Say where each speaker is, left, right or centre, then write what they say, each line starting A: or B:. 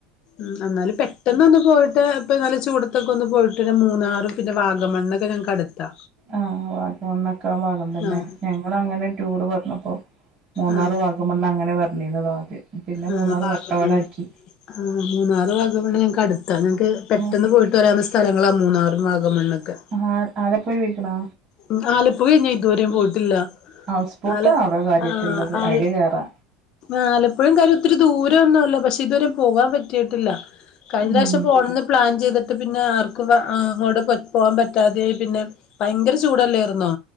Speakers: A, on the left (about 35°); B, on the right (about 25°).
A: ഉം എന്നാല് പെട്ടെന്ന് ഒന്ന് പോയിട്ട് ഇപ്പ നല്ല ചൂടത്തൊക്കെ ഒന്ന് പോയിട്ട് വരാൻ മൂന്നാറും. പിന്നെ വാഗമണ്ണൊക്കെ ഞങ്ങക്ക് അടുത്താ.
B: ആ വാഗമണ്ണൊക്കെ ആ ഭാഗം തന്നെ
A: ആഹ്
B: ഞങ്ങള് അങ്ങനെ ടൂറ് വന്നപ്പോ മൂന്നാറ്,
A: ആഹ്
B: വാഗ ഗമണ്ണ് അങ്ങെനെ പർഞ്ഞീര്ന്നത് ആദ്യം പിന്നെ
A: ആഹ്
B: മൂന്നാർ
A: വാഗമണ്ണ്
B: വട്ടവടാക്കി
A: ആഹ് മൂന്നാറ്, വാഗമണ്ണ് ഞങ്ങക്ക് അടുത്താ ഞങ്ങക്ക് പെട്ടെന്ന്
B: ഉം
A: പോയിട്ട് വരാവുന്ന സ്ഥ സ്ഥലങ്ങളാ മൂന്നാറും വാഗമണ്ണൊക്കെ
B: ആഹ് ആലപ്പുഴ പൊയ്ക്ക്ണോ
A: ഉം ആലപ്പുഴ ഞാനിതുവരെയും പോയിട്ടില്ല
B: ഹൗസ് ബോട്ടാ
A: ആല
B: അവിടെ കാര്യായിട്ടുള്ളത്
A: ആ ആല
B: അയില് കേറാ
A: ആലപ്പുഴ കാര്യം ഒത്തിരി ദൂരയൊന്നുല്ല പക്ഷെ ഇത് വരേം പോകാൻ പറ്റിയിട്ടില്ല കഴിഞ്ഞ
B: ഉം
A: വർഷം പോണന്ന് പ്ലാൻ ചെയ്ത് പിന്നെ ആർക്കും അ അങ്ങോട് പ പോകാൻ പറ്റാതായി പിന്നെ ഭയങ്കര ചൂടല്ലേര്ന്നോ